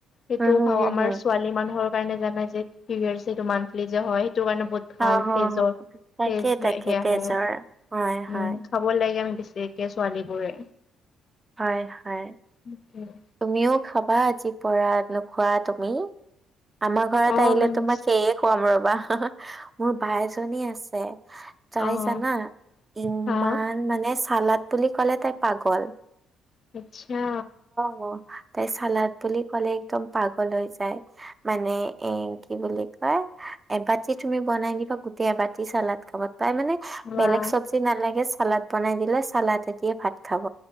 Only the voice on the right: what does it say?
উম হম হম
হম
অ'
তাকে
তাকে তেজৰ
হয় হয়
হয় হয়
তুমিও খাবা আজি পৰা নোখোৱা তুমি আমাৰ ঘৰত
আহিলে
তোমাক সেয়ে খোৱাম ৰবা মোৰ বাই এজনী আছে তাই
জানা ইমান
মানে চালাদ বুলি ক'লে তাই পাগল
অ তাই চালাদ বুলি ক'লে একদম পাগল হৈ যায়। মানে এ কি বুলি কয় এবাতি তুমি বনাই নিবা গোটেই এবতি চালাত- তাই মানে
বেলেগ চব্জি নালাগে চালড বনাই দিলে চালাতে দিয়ে ভাত খাব